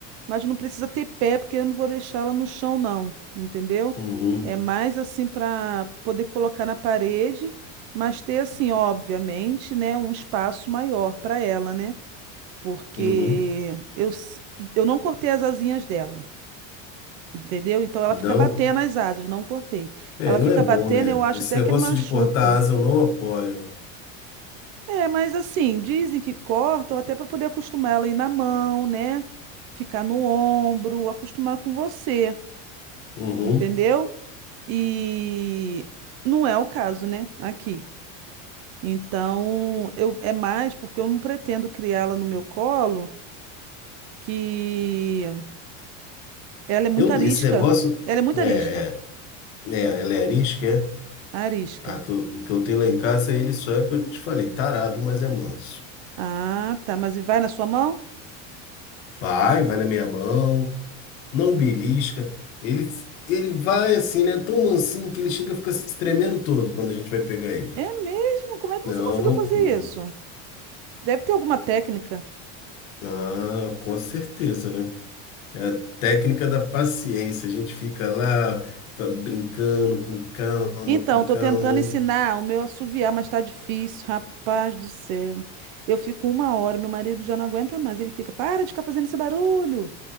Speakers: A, on the right (about 45°); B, on the left (about 85°).
A: mas não precisa ter pé, porque eu não vou deixar ela no chão, não. Entendeu?
B: Uhum,
A: É mais assim para poder colocar na parede, mas ter assim, obviamente, né, um espaço maior para ela, né? Porque
B: uhum.
A: eu, s- eu não cortei as asinhas dela, entendeu? Então ela
B: Não,
A: fica batendo as asas, não cortei.
B: é,
A: Ela
B: não
A: fica
B: é bom,
A: batendo,
B: né?
A: eu acho
B: Esse
A: até
B: negócio
A: que machuca.
B: de cortar asa eu não apoio.
A: É, mas assim, dizem que cortam até para poder acostumar ela a ir na mão, né? Ficar no ombro, acostumar com você,
B: Uhum.
A: entendeu? E não é o caso, né? Aqui. Então, eu é mais porque eu não pretendo criá-la no meu colo, que ela é muito
B: Eu,
A: arisca.
B: esse negócio
A: Ela é muito
B: é,
A: arisca.
B: é, é, ele é arisco, é?
A: Arisca.
B: Ah, que eu- o que eu tenho lá em casa é ele só é o que eu te falei, tarado, mas é manso.
A: Ah, tá, mas vai na sua mão?
B: Vai, vai na minha mão, não belisca. Ele, ele vai assim, ele é tão mansinho que ele chega a ficar se tremendo todo quando a gente vai pegar ele.
A: É mesmo? Como é que
B: é
A: você
B: uma
A: conseguiu
B: loucura.
A: fazer isso? Deve ter alguma técnica.
B: Ah, com certeza, né? É a técnica da paciência. A gente fica lá fa- brincando com calma,
A: Então,
B: com calma.
A: tô tentando ensinar o meu a assoviar, mas tá difícil, rapaz do céu. Eu fico uma hora, meu marido já não aguenta mais. Ele fica, para de ficar fazendo esse barulho.